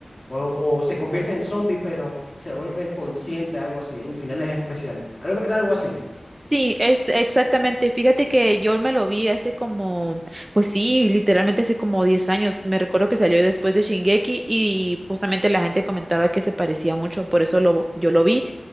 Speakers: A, on the left; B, on the right.
A: O, o se convierte en zombie, pero se vuelve consciente, algo así. En el final es especial. Algo, era algo así.
B: Sí, es exactamente. Fíjate que yo me lo vi hace como, pues sí, literalmente hace como 10 años. Me recuerdo que salió después de Shingeki y justamente la gente comentaba que se parecía mucho, por eso lo, yo lo vi.